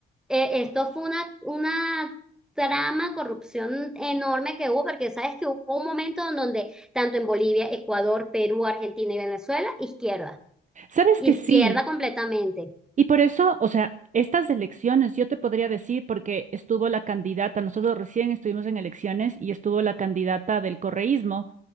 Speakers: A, in the centre; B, on the right.
A: eh, esto fue una, una trama, corrupción enorme que hubo, porque sabes que hubo un momento en donde tanto en Bolivia, Ecuador, Perú, Argentina y Venezuela, izquierda,
B: ¿Sabes
A: izquierda
B: que sí?
A: completamente.
B: Y por eso, o sea, estas elecciones, yo te podría decir, porque estuvo la candidata, nosotros recién estuvimos en elecciones y estuvo la candidata del correísmo,